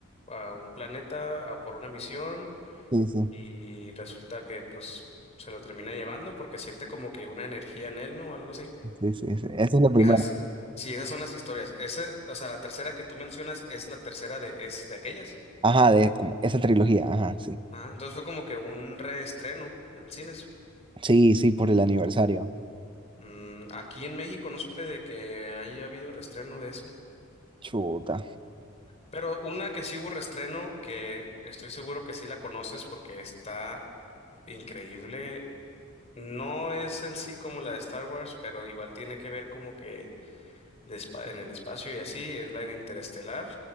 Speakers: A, on the left (about 30°); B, on the right (about 25°).
A: a un planeta a por una misión
B: sí, sí.
A: y resulta que pues se lo termina llevando porque siente como que una energía en él, ¿no? O algo así.
B: Sí, sí, sí. Esa es la primera.
A: Esas, Ujú. sí, esas son las historias. Ese, o sea, la tercera que tú mencionas es la tercera de, es de aquellas.
B: Ajá, de como esa trilogía, ajá, sí.
A: Ah, entonces fue como que un reestreno en cines.
B: Sí, sí, por el aniversario.
A: Mm, aquí en México no supe de que haya habido reestreno de eso.
B: Chuta.
A: Pero una que sí hubo reestreno, que estoy seguro que sí la conoces porque está increíble, No es en sí como la de Star Wars, pero igual tiene que ver como que de espa- en el espacio y así, es la de Interestelar.